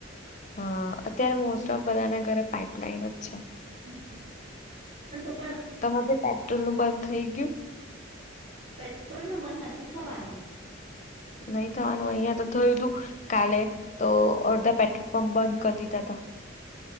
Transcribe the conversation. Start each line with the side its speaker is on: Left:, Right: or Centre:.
Left: હ અત્યારે, મોસ્ટ ઓફ બધાના ઘરે પાઈપલાઈન જ છે <unintelligible>
Right: હમ પણ તો પણ
Left: તમે બી પેટ્રોલ નું બંધ થઈ ગયુ--?
Right: પેટ્રોલનું બંધ નથી થવાનું
Left: નહી થવાનું અંયા તો થયું તું કાલે, તો અડધા પેટ્રોલ પંપ બંધ કરી દીધા હતા.